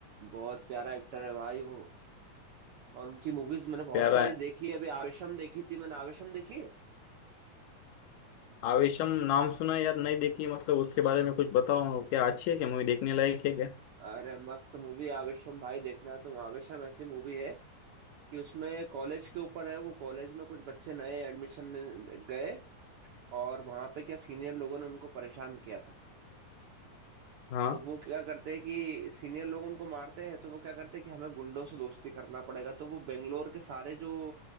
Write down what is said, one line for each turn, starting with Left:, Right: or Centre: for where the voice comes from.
Right: बहुत प्यारा एक्टर है भाई वो और उनकी मूवीज मैंने बहुत
Left: प्यारा
Right: सारी
Left: है
Right: देखी है अभी आवेशम देखी थी मैंने आवेशम देखी है?
Left: आवेशम नाम सुना है यार नहीं देखी मतलब उसके बारे में कुछ बताओ क्या अच्छी है क्या मूवी देखने लायक है क्या
Right: अरे मस्त मूवी आवेशम भाई देखना तो आवेशम ऐसी मूवी है कि उसमें कॉलेज के ऊपर है वो कॉलेज में कुछ बच्चे नए एडमिशन गए और वहां पे क्या सीनियर लोगों ने उनको परेशान किया था
Left: हाँ
Right: तो वो क्या करते हैं कि सीनियर लोग उनको मारते हैं तो वो क्या करते हैं कि हमें गुंडों से दोस्ती करना पड़ेगा तो वो बेंगलोर के सारे जो